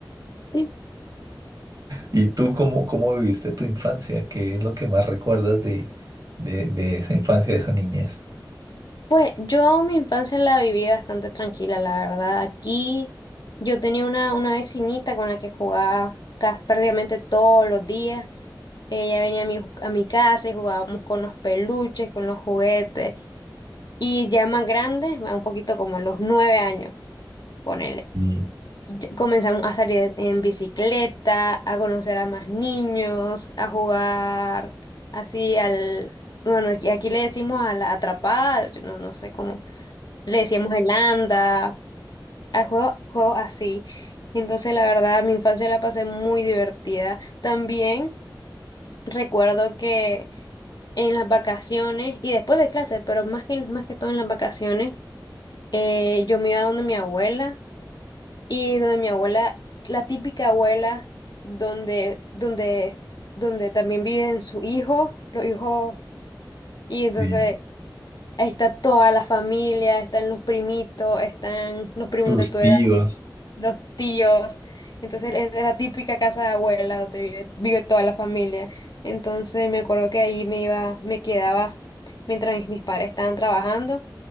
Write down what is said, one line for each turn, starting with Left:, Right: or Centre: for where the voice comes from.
Left: Sí,
Right: ¿Y tú cómo, cómo viviste tu infancia? ¿Qué es lo que más recuerdas de, de, de esa infancia, de esa niñez?
Left: Pues yo mi infancia la viví bastante tranquila, la verdad. Aquí yo tenía una, una vecinita con la que jugaba ca- prácticamente todos los días. Ella venía a mi, a mi casa y jugábamos con los peluches, con los juguetes. Y ya más grandes, un poquito como a los nueve años. ponele.
Right: Y-
Left: Ya- Comenzamos a salir en en bicicleta, a conocer a más niños, a jugar así al... Bueno, aquí aquí le decimos a la atrapada, yo no, no sé cómo. Le decíamos el anda, a juego- juegos así. Entonces, la verdad, mi infancia la pasé muy divertida. También recuerdo que en las vacaciones y después de clases, pero más que, más que todo en las vacaciones, eh, yo me iba donde mi abuela y donde mi abuela, la típica abuela, donde, donde, donde también viven su hijo, los hijos, y
Right: Sí,
Left: entonces ahí está toda la familia, están los primitos, están los primos
Right: tus
Left: de tu edad,
Right: tíos.
Left: los tíos. Entonces es la típica casa de abuela donde vive, vive toda la familia. Entonces me acuerdo que ahí me iba, me quedaba mientras mis, mis padres estaban trabajando.